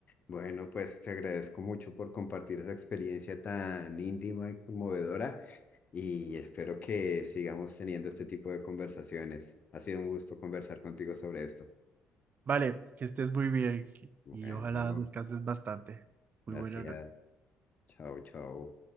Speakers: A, on the left; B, on the right.
A: Bueno, pues te agradezco mucho por compartir esa experiencia tan íntima y conmovedora y espero que sigamos teniendo este tipo de conversaciones. Ha sido un gusto conversar contigo sobre esto.
B: Vale, que estés muy bien
A: Bueno,
B: y ojalá descanses bastante. Muy
A: gracias.
B: buena noche.
A: Chao, chao.